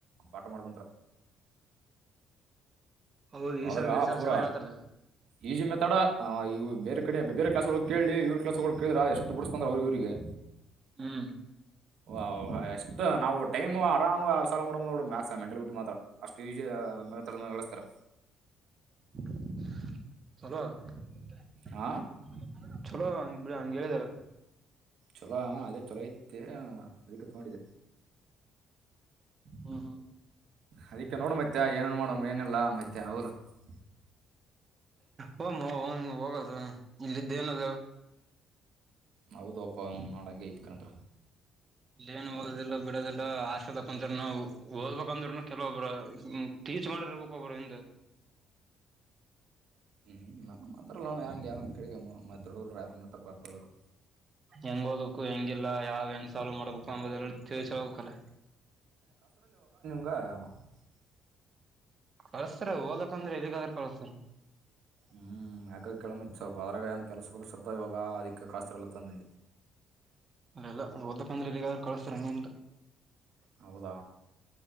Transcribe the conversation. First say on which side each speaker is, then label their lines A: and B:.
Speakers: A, on the right; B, on the right.
A: ಪಾಠ ಮಾಡ್ದಂತ
B: ಹೌದು ಈಶ್ವರ್
A: ್ರೆ
B: ಗಿರ್
A: ಆ
B: ಸರ್
A: ಪೂರಾ
B: ಚೆನ್ನಾಗ್ ಹೇಳ್ತಾರ
A: ಈಜಿ ಮೆತಾಡ ಇ ಬೇರೆ ಕಡೆ ಬೇರೆ ಕ್ಲಸ್ಗಳಗಳು ಕೇಳ ಇವ್ರ ಕ್ಲಸ್ಗಳಗಳು ಕೇಳಿದ್ರ ಎಷ್ಟು ಬುಡುಸ್ತಾ ಅಂದ್ರ ಅವ್ರಿಗೆ ಇವ್ರಿಗೆ
B: ಹ್ಮ್
A: ವಓ ಭಷ್ಟ ನಾವು ಟೈಮ್ ಆರಾಮ್ ಸಾಲ ಮಾಡಬ್ ನೋ ಮ್ಯಾತ್ ಮೆಂಟಲಿಟಿ ಮಾತ್ರ ಅಷ್ಟು ಈಜಿಸಸ್ತಾರೆ
B: <inaudible> <unintelligible> ಚಲೋ <unintelligible>
A: ಹಾ
B: ಚಲೋ <unintelligible> ಹಂಗ್ ಹೇಳಿದಾರ
A: ಚಲೋ ಅದೇ ಚಲೋ ಇತ್ತ ಅದಕ್ಕೆ ತಗೊಂಡಿದೆ
B: ಹ್ಮ ಹಾ
A: ಅದಕ್ಕೆ ನೋಡ ಮತ್ತೆ ಏನನ್ ಮಾಡಮ್ ಏನಿಲ್ಲ ಮತ್ತೆ ಹೌ <unintelligible>
B: ಹೊಮ್ಮೋ ಹೋಗದು <unintelligible> ಇಲ್ಲಿದ್ದ ಏನದ ಹೇಳು
A: ಹೌದಪ್ಪ ನಾಡಂಗೆ ಐತ್ಕಂತ
B: ಇಲ್ಲೇನ್ ಓದೋದಿಲ್ಲ ಬಿಡದಿಲ್ಲ ಹಾಸ್ಟೆಲ್ ದಾಗ ಕುಂತರುನು ಓದ್ಬೇಕಂದ್ರನು ಕೆಲವೊಬ್ರು ಟೀಚ್ ಮಾಡೊರಿರ್ಬೇಕು <unintelligible> ಒಬ್ರು ಹಿಂದ
A: ಹ್ಮ್ ನ ಮಾತ್ರಲ್ಲ ಯಾರಂಗ ಯಾರು ಕೇಳಿಕೆಮ್ಮು <unintelligible> ಮತ್ರೊಡ ಯಾರ
B: ಹೆಂಗ್ ಓಡ್ಬೇಕು ಹೆಂಗಿಲ್ಲ ಯಾವ್ ಹೆಂಗ್ ಸಾಲ್ವ್ ಮಾಡ್ಬೇಕು ಅಂಬುದಲ್ಲ <unintelligible> ತಿಳ್ಸ ಹೇಳ್ಬೇಕಲ್ಲ
A: ಹ <unintelligible>
B: ಕಳಸ್ತಾರ ಓಕಂದ್ರೆ ಎಲ್ಲಿಗಾದ್ರ ಕಳಸ್ತಾರ
A: ಹ್ಮ್ ಯಾಕ ಕೇಳ ಸ್ವಲ್ಪ ಅದ್ರಾಗ <unintelligible> ಏನ ಕೆಲಸ ಗಿಲಸ ಇರ್ತಾವ ಇವಾಗ ಅದಿಕ್ಕೆ ಕಾಸ್ತರಿಲ್ಲ ಅಂತ ಅಂದಿ
B: ಅಲ್ಲಲ್ಲಾ ಓದಕ್ಕ ಅಂದ್ರೆ ಎಲ್ಲಿಗಾದ್ರ ಕಳಸ್ತಾರ ಹಂಗೇನಿಲ್ಲ
A: ಹೌದ